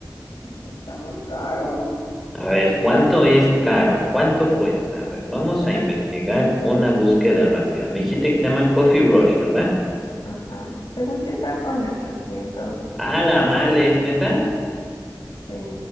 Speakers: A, on the left (about 80°); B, in the centre.
A: Está muy caro.
B: A ver, ¿cuánto es caro? ¿Cuánto cuesta? A ver, vamos
A: Está,
B: a investigar una búsqueda rápida. Me dijiste que se llama Coffee Rush, ¿verdad?
A: ajá. Según yo estaba como en 800.
B: Ah, la
A: Entonces,
B: mala es neta.
A: sí,